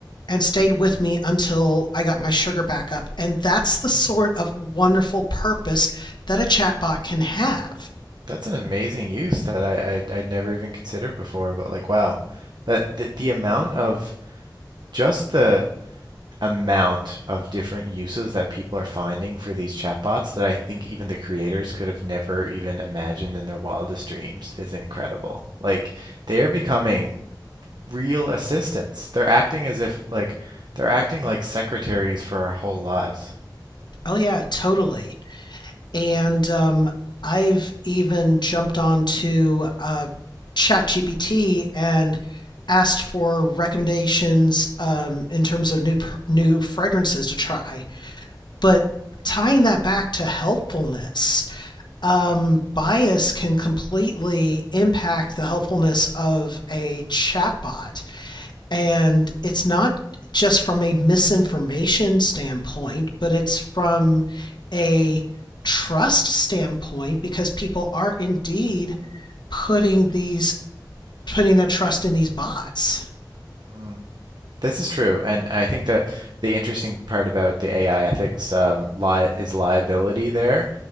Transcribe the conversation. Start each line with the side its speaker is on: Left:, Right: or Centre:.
Left: and stayed with me until I got my sugar back up. And that's the sort
Right: Hmm.
Left: of wonderful purpose that a chatbot can have.
Right: That's an amazing use that I, I I'd never even considered before, but like wow. That the, the amount of just the amount of different uses that people are finding for these chatbots that I think even the creators could have never even imagined in their wildest dreams is incredible. Like they are becoming real assistants. They're acting as if like they're acting like secretaries for our whole lives.
Left: Oh, yeah, totally. And um, I've even jumped on to uh, ChatGPT and asked for recommendations um, in terms of new new fragrances to try. But tying
Right: Mm,
Left: that back to helpfulness, um, bias can completely impact the helpfulness of a chatbot. And it's not just from a misinformation standpoint, but it's from a trust standpoint because people are indeed putting these putting their trust in these bots.
Right: mm. This is true, and I think that the interesting part about the AI ethics um, li is liability there.